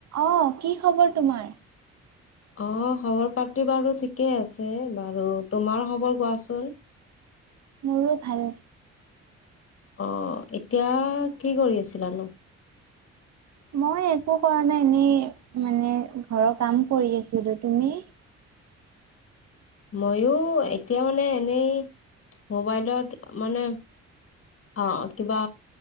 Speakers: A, on the right; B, on the left.
A: অ কি খবৰ তোমাৰ
B: অ', খবৰপ্ৰাপ্তি বাৰু ঠিকেই আছে বাৰু তোমাৰ খবৰ কোৱাচোন
A: মোৰো ভাল
B: অ এতিয়া কি কৰি আছিলানো
A: মই একো কৰা নাই এনেই মানে ঘৰৰ কাম কৰি আছিলো তুমি
B: মইো এতিয়া মানে এনেই মোবাইলত মানে অ', কিবা